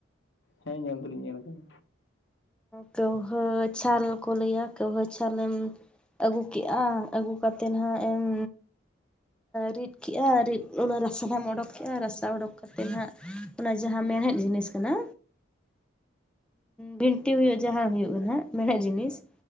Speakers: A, on the left; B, in the centre.
A: ᱦᱮᱸ ᱧᱮᱞ ᱫᱚᱞᱤᱧ ᱧᱮᱞ ᱟᱠᱟᱫᱟ
B: ᱠᱟᱹᱣᱦᱟᱹ ᱪᱷᱟᱞ ᱠᱚ ᱞᱟᱹᱭᱟ ᱠᱟᱹᱣᱦᱟᱹ ᱪᱷᱟᱞ ᱮᱢ ᱟᱹᱜᱩ ᱠᱮᱜᱼᱟ ᱟᱹᱜᱩ ᱠᱟᱛᱮᱫ ᱦᱟᱜ ᱮᱢ ᱨᱤᱫ ᱠᱮᱫᱮᱜᱼᱟ ᱨᱤᱫᱚᱞ ᱨᱟᱥᱟ ᱮᱢ ᱚᱰᱚᱠ ᱠᱮᱫᱼᱟ ᱨᱟᱥᱟ ᱚᱰᱳᱚᱠ ᱠᱟᱛᱮᱫ ᱱᱟᱦᱟᱜ ᱚᱱᱟ ᱡᱟᱦᱟᱸ ᱢᱮᱬᱦᱮᱫ ᱡᱤᱱᱤᱥ ᱠᱟᱱᱟ᱾ ᱵᱷᱤᱱᱴᱤ ᱦᱩᱭᱩᱜ ᱡᱟᱦᱟᱸ ᱦᱩᱭᱩᱜ ᱠᱟᱱᱟ ᱢᱮᱬᱦᱮᱫ ᱡᱤᱱᱤᱥ